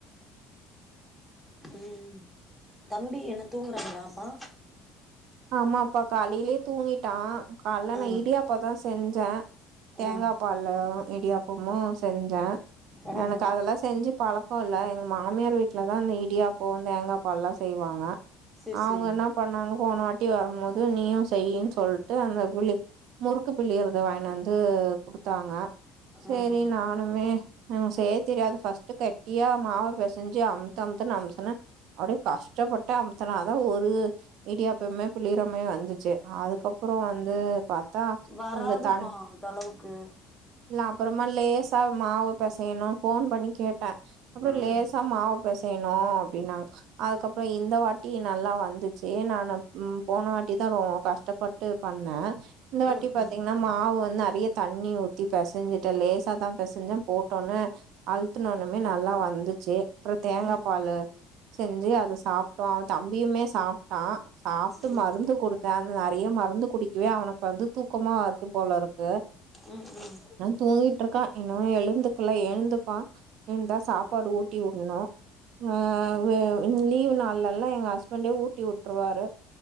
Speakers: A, in the centre; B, on the right.
A: ம் தம்பி என்ன தூங்குறாங்களாப்பா
B: ஆமாப்பா காலைலே தூங்கிட்டா கால்ல
A: ஆ
B: நா இடியாப்பதா செஞ்ச தேங்கா
A: ஆ
B: பால்ல இடியாப்பமு செஞ்ச
A: ஆ
B: எனக்கு
A: ஆ
B: அதலா செஞ்சு பழக் இப்போல்ல எங்க மாமியார் வீட்லதா இந்த இடியாப்ப தேங்காப்பால்லெலா செய்வாங்க
A: செரி
B: அவுங்க
A: செரி
B: என்ன பண்ணாங்க போன வா போன வாட்டி வரும்போது நீயும் செய்ன்னு சொல்லிட்டு அந்த புழி முறுக்கு புழியரது வாங்கியாந்து வந்து குடுத்தாங்க சரி
A: ஆ ஆ
B: நானுமே ம் செய்ய தெரியாது ஃபர்ஸ்ட்டு கட்டியா மாவு பெசஞ்சு அம்த்து அம்த்துனு அமுத்ன அப்டியே கஷ்டப்பட்டு அம்த்துனாதா ஒரு இடியாப்பமே புளிரமே வந்துச்சு அதுக்கப்றம் வந்து பா த்தா
A: வராதுப்பா
B: வந்து தண்
A: அந்தளவுக்கு
B: இல்ல அப்றமா லேசா மாவு பெசையனு போன் பண்ணி கேட்டே அப்றம்
A: ம்
B: லேசா மாவு பெச செய்யணும் அப்டினாங்க அதுக்கப்றம் இந்த இந்த வாட்டி நல்லா வந்துச்சு நானு ம் போன வாட்டி தான் ரொ கஷ்டப்பட்டு பண்ணே இந்த வாட்டி
A: ம்
B: பாத்தீங்ன்னா
A: ம்
B: மாவு வந்து நிறைய தண்ணி ஊத் ஊத்தி பெசைஞ்சிட்டேன் லேசா தான் பெசைஞ்சன் போட்டோன்னே அழுத்துனோன்னுமே நல்லா வந்துச்சு அப்புறம் தேங்கா
A: ம்
B: பாலு செஞ்சு அத சாப்டோ அவ தம்பியுமே சாப்ட்டா சா ப்ட்டு
A: ம்
B: மருந்து குடுத்தே நெறைய மருந்து குடிக்கவே அவனுக்கு வந்து தூக்கமா வருது போலருக் கு
A: ம் ம்
B: தூங்கி ட்ருக்கா இன்னு எழுந்துக்குல எ ழுந்துப்பா எழுந்தா சாப் பாடு ஊட்டிவுடனு அ லீவ் நாள்லலா எங்க ஹஸ்பண்டே ஊட்டி வுட்ருவாரு